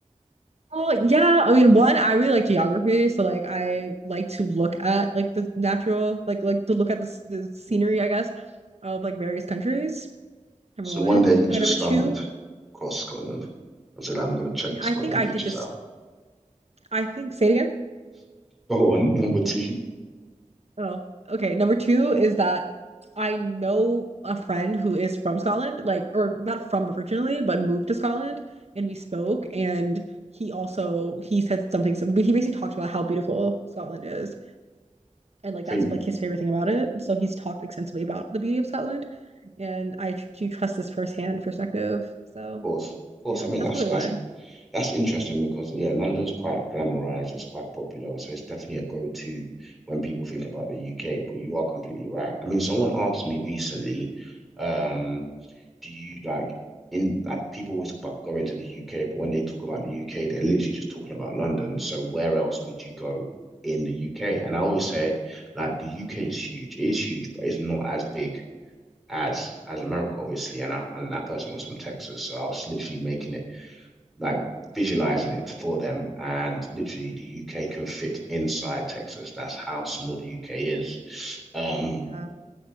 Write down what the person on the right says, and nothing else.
Oh, yeah. I mean, one, I really like geography, so like I like to look at like the natural, like like to look at the s- the scenery, I guess, of like various countries. Number
one,
and
then number
two,
I
think I
did just.
I think say it again.
Oh, okay. Number two is that I know a friend who is from Scotland, like, or not from originally, but moved to Scotland, and we spoke. And he also he said something, sim- but he basically talked about how beautiful Scotland is, and like
that's like his favorite thing about it. So he's talked extensively about the beauty of Scotland, and I tr- do trust this firsthand perspective. So
yeah,
that's
probably
why.
Yeah.